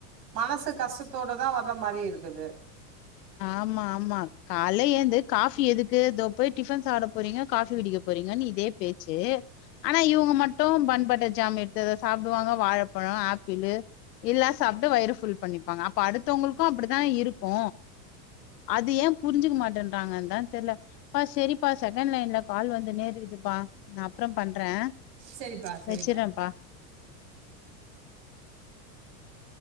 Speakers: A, on the right; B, on the left.
A: மனசு கஷ்டத்தோட தா வர்ற மாரி இருக்குது
B: ஆமா ஆமா கால்ல ஏந்து காஃபி எதுக்கு இதோ போய் டிஃபன் சாப்ட போறீங்க காஃபி குடிக்க போற் றீங்கனு இதே பேச்சு ஆனா இவுங்க மட்டு பன் பட்டர் ஜாம் எடுத்து சாப்டுவாங்க வாழப்பழ ஆப்பிளு இதுலா சாப்ட்டு வயிற ஃபுல் பண்ணிப்பாங்க அப்ப அடுத்தவ்ங்களுக்கு அப்டித்தா இருக்கு
A: <inaudible>
B: அது ஏ புரிஞ்சுக்க மாட்டேன்றாங்கன் தா தெர்ல ப்பா செரிப்பா செகண்ட் லைன்ல கால் வந்துன்னே இருக்குது ப்பா நா அப்ற பண்றே
A: சரிப்பா சரிப்பா
B: வெச்சுட்றேப்பா <inaudible>